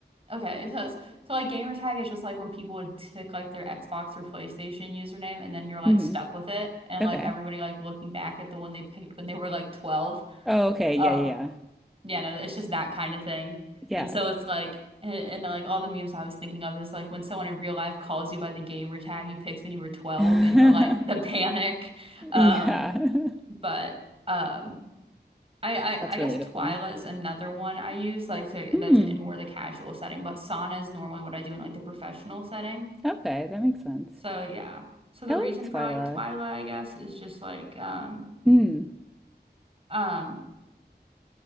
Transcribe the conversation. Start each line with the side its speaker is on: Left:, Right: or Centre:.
Right: okay, so it's, so like gamer tag is just like when people would tick like their Xbox or PlayStation username and then you're like
Centre: Mhm.
Right: stuck with it and
Centre: Okay.
Right: like everybody like looking back at the one they picked when they were like 12.
Centre: Oh, okay. Yeah,
Right: Um,
Centre: yeah,
Right: Yeah, no, it's just that kind of thing.
Centre: yeah.
Right: And so it's like, and, and like all the memes I was thinking of is like when someone in real life calls you by the gamer tag you picked when you were 12
Centre: Yeah.
Right: and you're like
Centre: <laughs>
Right: the panic. <laughs> Um,
Centre: Yeah. <laughs>
Right: but um, I, I,
Centre: That's
Right: I
Centre: relatable.
Right: guess Twyla is another one I use like to,
Centre: Hmm.
Right: that's in more of the casual setting, but Sana is normally what I do in like the professional setting.
Centre: Okay, that makes sense.
Right: So yeah. So the
Centre: I like
Right: reason
Centre: Twyla.
Right: for like Twyla, I guess, is just like um
Centre: Hmm.
Right: um